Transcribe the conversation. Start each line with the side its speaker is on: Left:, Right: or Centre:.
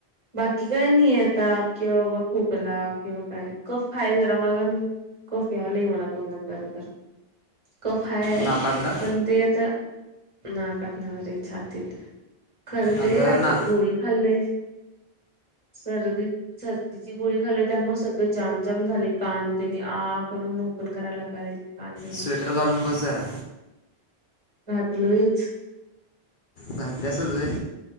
Right: बाकी काही नाही आता किं खोकला किंवा काय कफ आहे जरा <unintelligible> कफ यालयं मला तोंडात जरा जरा कफ हाय
Left: नाकात ना
Right: पण ते आता नाकात नवरे छातीत खरं ते
Left: अगं
Right: आता
Left: ना
Right: गोळी खाल्लेय. <unintelligible> सर्दीत सर्दीची गोळी खाली त्यामुळे सगळे जामजाम झाले. कानतेन आ करून -- ओपन करायला. लागालय कान तेन
Left: स्वेटर घालून बस जरा.
Right: घातलोयच.
Left: घातल्यास व्हंय.